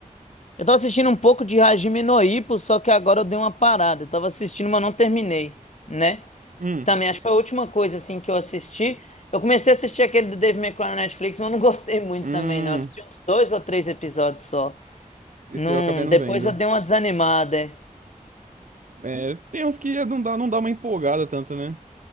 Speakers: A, on the left (about 55°); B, on the right (about 65°).
A: Eu tava assistindo um pouco de Hajime no Ippo, só que agora eu dei uma parada. Eu tava assistindo, mas não terminei, né?
B: Hum,
A: Também acho que foi a última coisa assim que eu assisti. Eu comecei a assistir aquele do Dave McCray na Netflix, mas eu não <laughs> gostei muito
B: hum,
A: também, não. Eu Assisti uns dois ou três episódios só.
B: esse
A: Não,
B: eu acabei não
A: depois
B: vendo.
A: eu dei uma desanimada. é.
B: É, tem uns que não dá, não dá uma empolgada tanto, né?